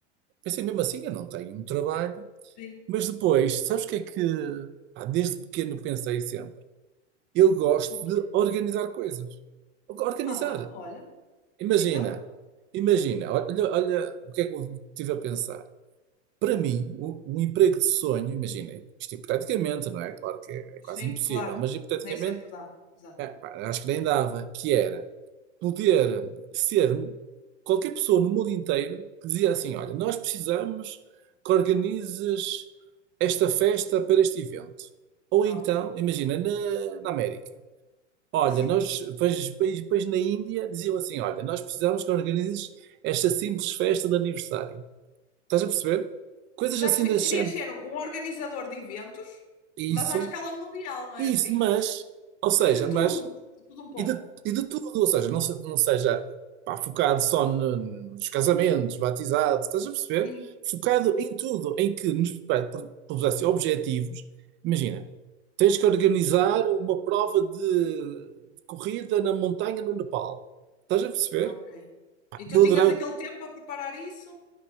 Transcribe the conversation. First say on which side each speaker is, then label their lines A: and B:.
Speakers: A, on the right (about 30°); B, on the left (about 45°).
A: Pensei mesmo assim, eu não tenho um trabalho.
B: sim.
A: Mas depois, sabes o que é que. Pá, desde pequeno pensei sempre. Eu gosto
B: Ok.
A: de organizar coisas. Organizar.
B: Ah, olha.
A: Imagina,
B: Então,
A: imagina, olha, olha o que é que eu estive a pensar. Para mim, o, o emprego de sonho, imagina, isto hipoteticamente, não é? Claro que é, é
B: sim,
A: quase impossível,
B: claro.
A: mas hipoteticamente,
B: Nem sempre dá. Exato.
A: é, pá, acho que nem dava, que era. poder ser qualquer pessoa no mundo inteiro que dizia assim: Olha, nós precisamos que organizes esta festa para este evento. Ou
B: Ok.
A: então, imagina, na, na América. Olha,
B: Sim.
A: nós, depois, depois depois na Índia diziam assim: Olha, nós precisamos que organizes esta simples festa de aniversário. Estás a perceber? Coisas
B: Já
A: assim
B: percebi.
A: desse
B: Querias
A: género.
B: ser um organizador de eventos,
A: Isso,
B: mas à escala mundial, não é?
A: isso,
B: Em-
A: mas, ou seja,
B: E de tudo,
A: mas.
B: de tudo um pouco.
A: E de, e de tudo, ou seja, não, se- não seja pá, focado só no- nos casamentos, batizados, estás a perceber?
B: Sim.
A: Focado em tudo, em que nos pre- pro- propusesse objetivos. Imagina, tens que organizar uma prova de, de corrida na montanha no Nepal. Estás a perceber?
B: Ok.
A: Pá,
B: E tu
A: Eu
B: tinhas
A: adorava,
B: aquele tempo a preparar isso?